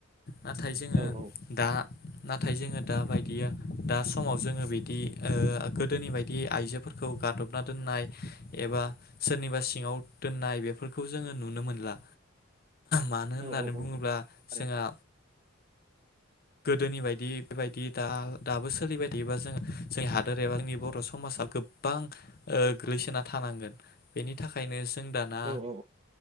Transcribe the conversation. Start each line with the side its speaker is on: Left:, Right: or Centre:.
Left: नाथाय जोङो
Right: औ औ
Left: दा नाथाय जोङो दााबायदियाव दा समाव जोङो बिदि ओ गोदोनि बायदि आइजोफोरखौ गादबना दोननाय एबा सोरनिबा सिङाव दोननाय बेफोरखौ जोङो नुनो मोनला। मानो होननानै
Right: औ औ औ
Left: बुङोब्ला
Right: थारैनो
Left: जोंहा गोदोनि बायदि बेबायदि दा दाबो सोलिबाय थायोबा जोङ जोंनि हादोर एबा बर' समाजा गोबां गोग्लैसोना थानांगोन बेनि थाखायनो। जों दाना
Right: औ औ